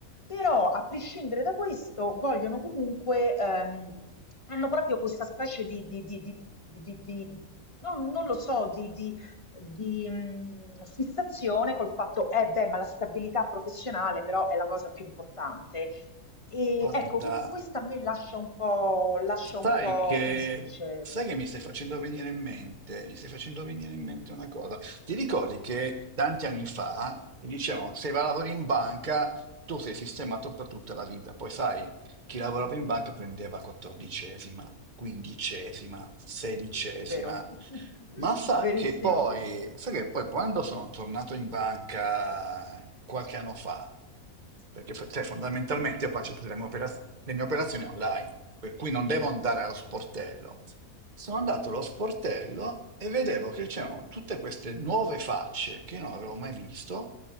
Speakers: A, on the left; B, on the right.
A: però, a prescindere da questo, vogliono comunque, ehm, hanno proprio questa specie di, di- di- di- di- di- non, non lo so, di, di- di, mh, fissazione col fatto, eh beh, ma la stabilità professionale però è la cosa più importante. E
B: Guarda.
A: ecco, cu- questa a me lascia un po', lascia
B: Sai
A: un po',
B: che,
A: come si dice?
B: sai che mi stai facendo venire in mente, mi stai facendo venire in mente una cosa. Ti ricordi che tanti anni fa ti dicevano, se vai a lavorare in banca, tu sei sistemato per tutta la vita. Poi sai, chi lavorava in banca prendeva quattordicesima, quindicesima, sedicesima.
A: Sì, sì, vero. <laughs>
B: Ma sai
A: Verissimo,
B: che poi, sai che poi quando sono tornato in banca qualche anno fa, perché fa- cioè, fondamentalmente io faccio tutte le mie, operaz- le mie operazioni online, per cui non devo andare allo sportello. Sono andato allo sportello e vedevo che c'erano tutte queste nuove facce che io non avevo mai visto,